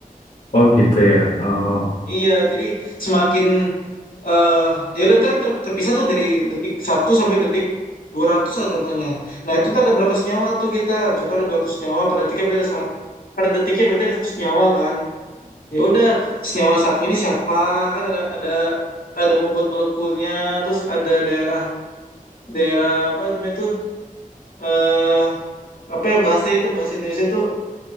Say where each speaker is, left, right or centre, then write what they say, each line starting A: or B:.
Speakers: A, on the left (about 60°); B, on the left (about 75°).
A: Oh gitu ya. Oh.
B: Iya, jadi semakin eh ya udah ntar kan ter- terpisah tuh dari detik satu sampai detik 200 lah contohnya. Nah, itu ntar ada berapa senyawa tuh kita? Contoh ada 200 senyawa per detiknya berarti ada 100. Per detiknya berarti ada satu senyawa kan. Ya udah, senyawa satu ini siapa? Kan ada ada ada membuat molekulnya, terus ada daerah daerah apa namanya tuh eh apa ya bahasanya tuh bahasa Indonesia tuh